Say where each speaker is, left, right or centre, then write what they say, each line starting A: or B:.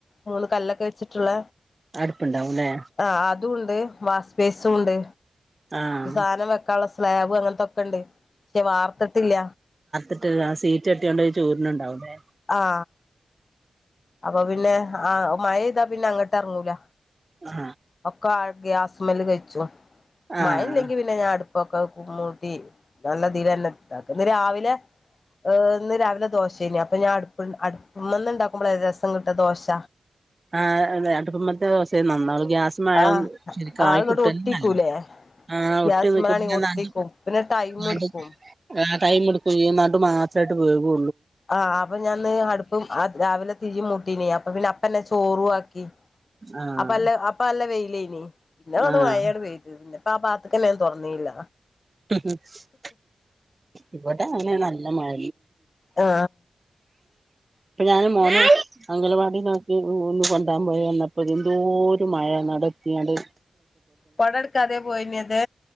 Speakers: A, on the left (about 45°); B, on the right (about 30°).
A: മൂന്ന് കല്ലൊക്കെ വെച്ചിട്ടുള്ള
B: അടുപ്പുണ്ടാവുംല്ലേ
A: ആ അതും ഉണ്ട് വാസ്പേസും ഉണ്ട്
B: ആഹ്
A: സാധനം വെക്കാനൊള്ള സ്ലാബ് അങ്ങനത്തൊക്കെ ഉണ്ട് പക്ഷെ വാർത്തിട്ടില്ല
B: ഇട്ട് ആ സീറ്റ് കെട്ടിയൊണ്ട് ചോരന് ഉണ്ടാവും ലേ
A: ആ അപ്പൊ പിന്നെ ആഹ മഴ പെയ്താ പിന്നെ അങ്ങോട്ട് ഇറങ്ങൂല
B: ആ
A: ഒക്കെ ആ ഗ്യാസ്മേല് കഴിച്ചു മയയില്ലെങ്കി
B: ആഹ്
A: പിന്നെ ഞാൻ അടു ഇപ്പൊക്കെ കുമ്മൂട്ടി നല്ലതിലന്നെ ഇ ഇന്ന് രാവിലെ ഇന്ന് രാവിലെ ദോശേനി അപ്പൊ ഞാൻ അടുപ്പ ഉമ്മനെ ഉണ്ടാക്കുമ്പോളാ ര <inaudible> കിട്ട ദോശ
B: ആ അതെ <inaudible> തെ <unintelligible> ഗ്യാസ്മആയാൽ
A: ആഹ്
B: ശരിക്കായി
A: അത് ഇങ്ങട്ട്
B: കിട്ടേനെല്ല
A: ഒട്ടിക്കൂലേ
B: ആ ഒട്ടിനിൽക്കുമ്പോ
A: ഗ്യാസ്മലാണെങ്കി
B: ഞാൻ
A: ഒട്ടിക്കും
B: നടു
A: പിന്നെ ടൈം
B: <unintelligible>
A: എടുക്കും
B: ടൈം എടുക്കുംചെയ്യും നടു മാത്രമായിട്ട് വേവേ
A: ആ് അപ്പൊ ഞാന്ന് ഇന്ന് അടുപ്പും രാവിലെ തിയ് മുട്ടീന് അപ്പ പിന്നെ അപ്പന്നെ ചോറുക്കി
B: ആഹ്
A: അപ്പ അല്ല അപ്പ അല്ല വെഴി ലനി പിന്നെ അഗണ്ട്
B: ആഹ്
A: മഴപെയ്ത് പിന്നെപ്പ ആ ഭാഗത്ക്കണേ തുറന്നീയില്ല
B: <unintelligible> ഇവിടെ അങ്ങനെനെ നല്ല മഴ
A: ആ
B: ഇപ്പൊ ഞാൻ മോനെ അഗലവാടി ന കി ഒന്ന് കൊണ്ടാൻ പോയി വന്നപ്പോ എന്തോരു മഴന്നാ അവിടെ എത്തിക്കണ്ട്
A: കോട എടുക്കാതെ പോയിനാത്